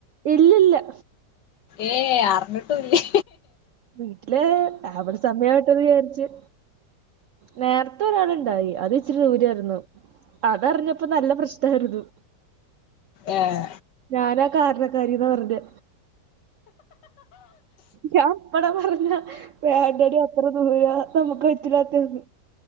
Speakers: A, on the right; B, on the left.
A: ഇല്ലില്ല
B: ഏഹ് അർഞ്ഞ്ട്ടുംല്ലേ
A: വീട്ടില് അവടെ സമയാകട്ടെന്ന് വിചാരിച്ച് നേരത്തെ ഒരാള്ണ്ടായി അത് ഇച്ചിരി ദൂരെയാരുന്നു അതർഞ്ഞപ്പോ നല്ല പ്രശ്നാരുന്നു
B: ഏഹ്
A: ഞാനാ കാരണക്കാരിന്ന പർഞ്ഞെ ഞാൻ അപ്പളെ പർഞ്ഞ വേണ്ടടി അത്ര ദൂര നമുക്ക് പറ്റില്ലാത്തെന്ന്